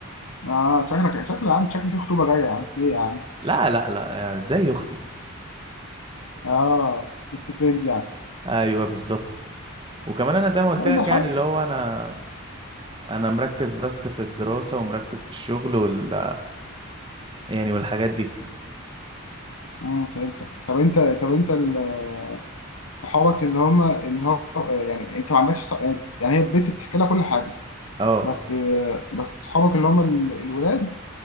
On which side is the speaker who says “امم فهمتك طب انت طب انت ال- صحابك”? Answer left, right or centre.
Left